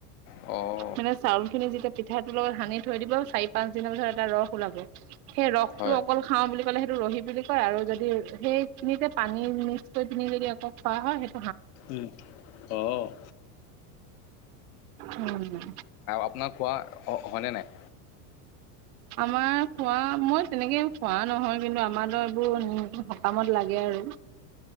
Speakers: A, on the left (about 75°); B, on the right (about 75°).
A: অ'।
B: মানে চাউলখিনি যেতিয়া, পিঠাটোৰ লগত সানি থৈ দিব, চাৰি, পাঁচ দিনৰ পিছত এটা ৰস ওলাব। সেই ৰসটো
A: হয়।
B: অকল খাওঁ বুলি ক'লে, সেইটো ৰহি বুলি কয়। আৰু যদি সেইখিনিতে পানী মিক্স কৰি, পিনি যদি আকৌ খোৱা হয়, সেই
A: উম, অ'।
B: উম,
A: আপোনাৰ খোৱা, হয়নে নাই?
B: আমাৰ। খোৱা, মই তেনেকে খোৱা নহয় কিন্তু, আমাৰটো এইবোৰ সকামত লাগে আৰু।